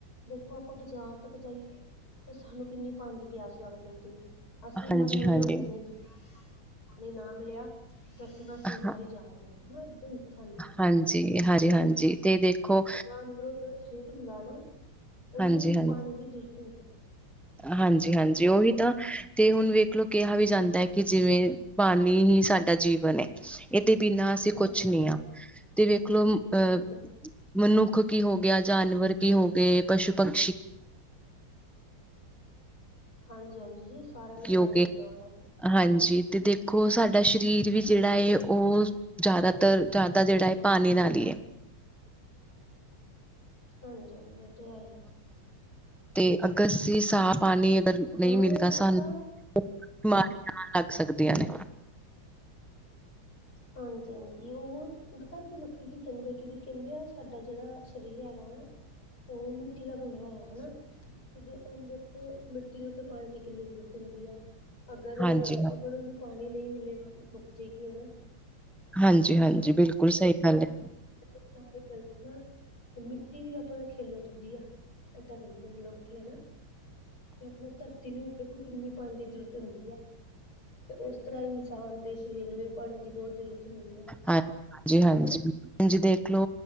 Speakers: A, on the left (about 75°); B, in the centre.
A: ਦੇਖੋ ਆਪਾਂ ਬਜਾਰ ਤੱਕ ਜਾਈਏ ਤੇ ਸਾਨੂੰ ਕਿਨੀ ਪਾਨੀ ਦੀ ਪਿਆਸ ਲੱਗ ਜਾਂਦੀ ਏ। ਅਸੀ
B: ਹਾਂਜੀ
A: ਮਰਨ ਵਾਲੇ
B: ਹਾਂਜੀ
A: ਹੋ ਜਾਂਨੇ ਆ ਜੀ। ਨਈ ਨਾ ਮਿਲਿਆ ਤੇ ਅਸੀ ਬਸ ਹੁਣਨਮਰ
B: ਹਾਂ
A: ਹੀ ਜਾਵਾਂਗੇ, ਹੈਨਾ ਏਦਾਂ ਹੀ ਹੁੰਦਾ ਸਾਨੂੰ। ਨਈ
B: ਹਾਂਜੀ ਹਾਂਜੀ ਹਾਂਜੀ
A: ਸਾਡਾ
B: ਤੇ ਦੇਖੋ
A: ਅੰਦਰੋਂ ਜੇੜਾ ਦਿਲ ਹੁੰਦਾ ਐ ਨਾ ੳਨੂੰ
B: ਹਾਂਜੀ
A: ਪਾਨੀ ਦੀ ਜਰੂਰਤ ਹੁੰਦੀ
B: ਹਾਂਜੀ ਹਾਂਜੀ ੳਹੀ
A: ਹੈ।
B: ਤਾਂ ਤੇ ਹੁਨ ਵੇਖ ਲੋ ਕੇਹਾ ਵੀ ਜਾਂਦਾ ਏ ਕਿ ਜਿਵੇਂ ਪਾਨੀ ਹੀ ਸਾਡਾ ਜੀਵਨ ਏ। ਏਦੇ ਬਿਨਾ ਅਸੀ
A: ਹਾਂਜੀ-ਹਾਂਜੀ,
B: ਕੁਛ ਨੀ ਆ ਤੇ ਵੇਖ ਲੋ ਅਹ
A: ਜਿਵੇਂ ਕੁਛ
B: ਮਨੁੱਖ ਕੀ ਹੋ ਗਿਆ, ਜਾਨਵਰ ਕੀ ਹੋ ਗਏ, ਪਸ਼ੂ, ਪੰਛੀ
A: ਹਾਂਜੀ ਹਾਂਜੀ ਜੀ ਸਾਰੇਆਂ ਨੂੰ
B: ਕੀ
A: ਪਾਨੀ
B: ਹੋ ਗਏ
A: ਦੀ ਲੋੜ ਐ ਜੀ।
B: ਹਾਂਜੀ ਤੇ ਦੇਖੋ ਸਾਡਾ ਸਰੀਰ ਵੀ ਜੇੜਾ ਏ ੳ ਜਾਦਾਤਰ, ਜਾਦਾ ਜੇੜਾ ਏ ਪਾਨੀ ਨਾਲ ਈ ਏ।
A: ਹਾਂਜੀ ਹਾਂਜੀ ੳਹ ਤੇ ਹੈ ਈ।
B: ਤੇ ਅਗਰ ਅਸੀ ਸਾਫ ਪਾਨੀ ਨਈ
A: ਹਾਂ
B: ਮਿਲਦਾ
A: ਪਤਾ
B: ਸਾਨੂੰ ਬਿਮਾਰੀਆਂ ਲੱਗ ਸਕਦੀਆਂ ਨੇ।
A: ਹਾਂਜੀ ਹਾਂਜੀ ੳਹ ਪਤਾ ਕੀ ਲੋਕੀ ਕੀ ਕੈਂਦੇ ਕਿ ਵੀ ਕੈਂਦੇ ਆ ਸਾਡਾ ਜੇੜਾ ਸਰੀਰ ਹੈਗਾ ਨਾ ੳਹ ਮਿੱਟੀ ਦਾ ਬਨੇਆ ਹੋਏਆ ਹੈਨਾ ਤੇ ਤਾਨੂੰ ਦੇਖੋ, ਮਿੱਟੀ ਨੂੰ ਤੇ ਪਾਨੀ ਦੀ ਕਿਨੀ ਜਰੂਰਤ ਹੁੰਦੀ ਆ। ਅਗਰ,
B: ਹਾਂਜੀ-ਹਾਂਜੀ,
A: ਅਗਰ ੳਨੂੰ ਪਾਨੀ ਨਈ ਮਿਲੇਗਾ ਤਾਂ ਮੁੱਕ ਜਾਏਗੀ ਹੈਨਾ।
B: ਹਾਂਜੀ ਹਾਂਜੀ ਬਿਲਕੁਲ ਸਹੀ ਗੱਲ ਏ।
A: ਤੁਮਾਰੀ ਕਲਪਨਾ ਤੇ ਮਿੱਟੀ ਵੀ ਅਪਨਾ ਖਿੱਲ ਉਠਦੀ ਆ, ਏਦਾਂ ਕੈਂਦੇ ਨੇ ਲੋਕੀ ਹੈਨਾ। ਤੇ ਅਪਨਾ ਧਰਤੀ ਨੂੰ ਕਿ ਕਿਨੀ ਪਾਨੀ ਦੀ ਜਰੂਰਤ ਹੁੰਦੀ ਆ ਤੇ ੳਸ ਤਰਾਂ ਇਨਸਾਨ ਦੇ ਸਰੀਰ ਨੂੰ ਵੀ ਪਾਨੀ ਦੀ ਬ ਬੋਤ ਜਰੂਰਤ ਹੁੰਦੀ ਆ।
B: ਹਾਂਜੀ, ਹਾਂਜੀ, ਹਾਂਜੀ ਦੇਖਲੋ